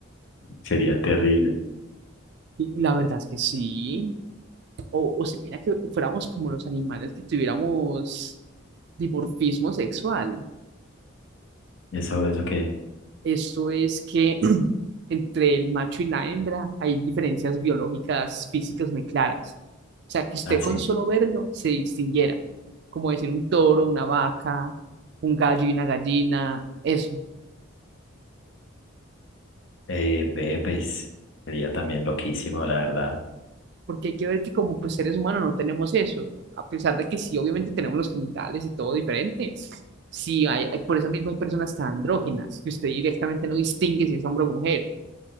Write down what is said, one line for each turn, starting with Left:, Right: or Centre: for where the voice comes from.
Left: sería terrible.
Right: Y la verdad es que sí. O, o si mira que fuéramos como los animales que tuviéramos dimorfismo sexual.
Left: Eso, eso que,
Right: Esto es que <clears throat> entre el macho y la hembra hay diferencias biológicas físicas muy claras. O sea, que usted
Left: así.
Right: con solo verlo se distinguiera, como decir un toro, una vaca, un gallo y una gallina, eso.
Left: Eh, ve, pues sería también loquísimo, la verdad.
Right: Porque hay que ver que como pues, seres humanos no tenemos eso, a pesar de que sí, obviamente tenemos los genitales y todo diferente. Sí, hay, hay- por eso mismo hay personas tan andrógenas, que usted directamente no distingue si es hombre o mujer.